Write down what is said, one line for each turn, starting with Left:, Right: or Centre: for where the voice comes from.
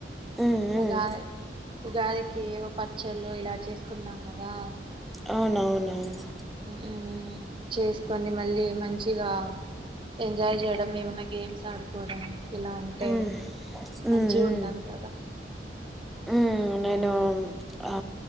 Centre: హ్మ్ హ్మ్
Right: ఉగాది ఉగాదికి ఏవో పచ్చళ్ళు ఇలా చేసుకున్నాం కదా.
Centre: అవునవునవును
Right: ఉమ్ చేసుకొని మళ్ళీ మంచిగా ఎంజాయ్ చేయడం ఏమన్నా గేమ్స్ ఆడుకోవడం ఇలా ఉంటయ్
Centre: హ్మ్ హ్మ్
Right: మంచిగా
Centre: హ్మ్
Right: ఉంటారు కదా
Centre: హ్మ్ నేను ఆ